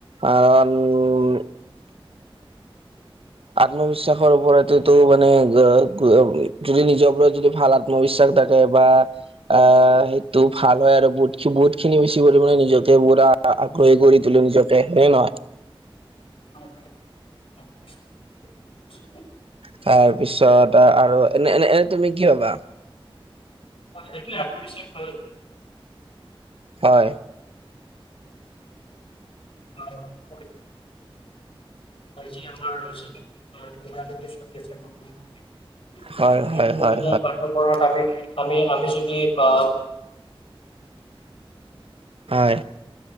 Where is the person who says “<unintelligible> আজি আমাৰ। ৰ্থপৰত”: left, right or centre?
Left